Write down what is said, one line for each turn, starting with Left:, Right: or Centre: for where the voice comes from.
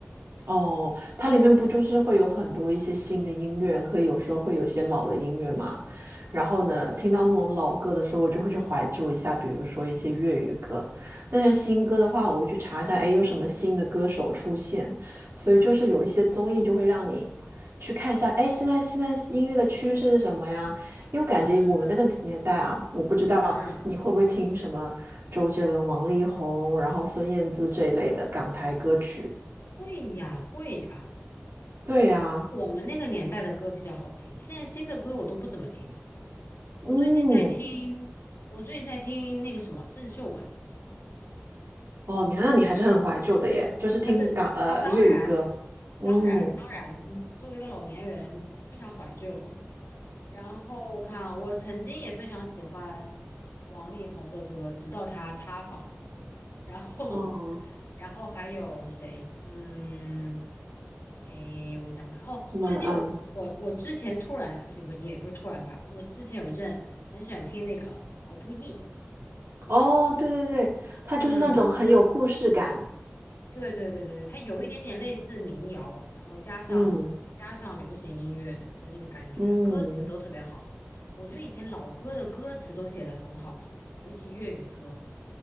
Right: 哦，它里面不就是会有很多一些新的音乐，可以有时候会有一些老的音乐嘛。然后呢，
Left: 哦，
Right: 听到那种老歌的时候，我就会去怀旧一下，比如说一些粤语歌。那些新歌的话，我会去查一下，哎，有什么新的歌手出现。所以就是有一些综艺就会让你
Left: 嗯
Right: 去看一下，哎，现在现在音乐的趋势是什么呀？因为我感觉我们那个年代啊，
Left: 嗯
Right: 我不知道你会不会听什么周杰伦、
Left: 嗯，
Right: 王力宏，然后孙燕姿这一类的港台歌曲。
Left: 会呀会呀，
Right: 对呀、
Left: 我们那个年代的歌比较好听，现在新的歌我都不怎么听了。
Right: 嗯，
Left: 我最近在听，我最近在听那个什么郑秀文。
Right: 哦，你看，那你还是很怀旧的耶，就是听港呃粤语歌，
Left: 啊，对啊，当然，
Right: 嗯，
Left: 当然，当然，作为一个老年人，非常怀旧。然后我看啊，我曾经也非常喜欢王力宏的歌，直到他塌房。然后，
Right: 哦，
Left: <laughs> 然后还有谁？嗯，诶，我想想看哦，
Right: 什么嗯，
Left: 最近我我我之前突然，不也不也不是突然吧，我之前有一阵很喜欢听那个毛不易，
Right: 哦，对对对，它就是那种很有故事感，
Left: 嗯。对对对对对，它有一点点类似民谣，然后加上加上流行音乐的那个感觉，
Right: 嗯嗯，
Left: 歌词都特别好。我觉得以前老歌的歌词都写的很好，尤其粤语歌，